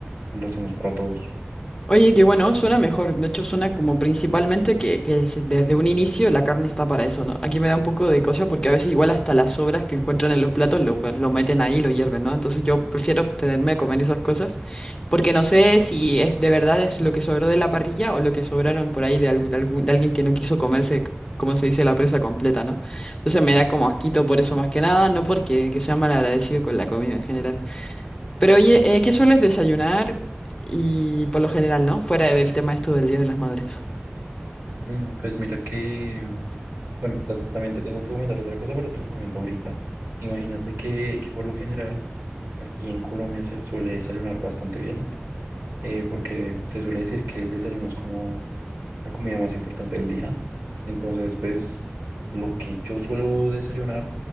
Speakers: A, on the right; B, on the left.
A: lo hacemos para todos.
B: Oye, que bueno, suena mejor. De hecho, suena como principalmente que, que se- desde un inicio la carne está para eso, ¿no? Aquí me da un poco de cosa porque a veces igual hasta las sobras que encuentran en los platos lo, lo meten ahí, lo hierven, ¿no? Entonces yo prefiero tenerme a comer esas cosas porque no sé si es de verdad es lo que sobró de la parrilla o lo que sobraron por ahí de, algún, de, algún- de alguien que no quiso comerse, como se dice, la presa completa, ¿no? Entonces me da como asquito por eso más que nada, no porque que sea malagradecido con la comida en general. Pero oye, eh, ¿qué sueles desayunar? Y por lo general, ¿no? Fuera del tema esto del Día de las Madres.
A: Mm, Pues mira que Bueno, tam- también te tengo que comentar otra cosa, pero te la comento ahorita. Imagínate que, que por lo general aquí en Colombia se suele desayunar bastante bien, eh, porque se suele decir que el desayuno es como la comida más importante del día. Entonces, pues lo que yo suelo desayunar